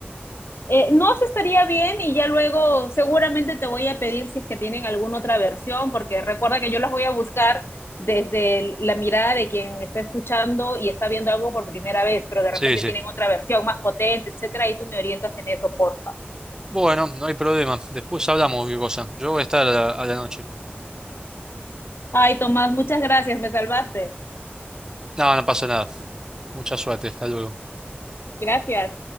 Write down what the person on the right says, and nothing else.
Sí, sí.
Bueno, no hay problema. Después hablamos qué cosa. Yo voy a estar a la a la noche.
No, no pasa nada. Mucha suerte. Hasta luego.